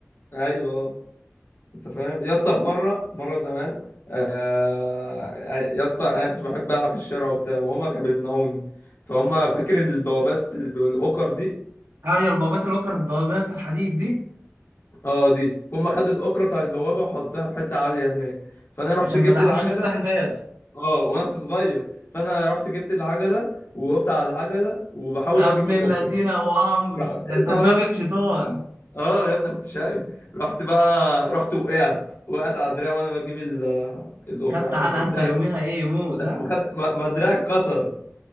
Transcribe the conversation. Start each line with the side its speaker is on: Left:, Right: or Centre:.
Left: ايوه انت فاهم يا اسطى في مرة مرة زمان آه، يا اسطى انا كنت بحب العب في الشارع وبتاع وهما كانوا بيمنعوني فهم فاكر البوابات الب- الاوكر دي
Right: ايوه البوابات الأوكر البوابات الحديد دي
Left: اه دي فهم خدوا الاوكرة بتاع البوابة وحطها في حتة عالية هناك فانا رحت
Right: عشان
Left: جبت
Right: ما تعرفش
Left: العجلة
Right: تفتح الباب
Left: اه وانا كنت صغير فانا رحت جبت العجلة ووقفت على العجلة وبحاول
Right: يا ابن
Left: اجيب الاوكرة
Right: الذين يا ابو عمرو
Left: راح <laughs>
Right: ده انت
Left: اسمع
Right: دماغك
Left: بس
Right: شيطان
Left: اه يا ابني أنا كنت شقي رحت بقى رحت وقعت وقعت على دراعي وانا بجيب ال... الاوكرة
Right: خدت
Left: حد
Right: على
Left: دراعي
Right: انت يوميها ايه موت
Left: لا
Right: ها
Left: ما خد ما ما دراعي اتكسر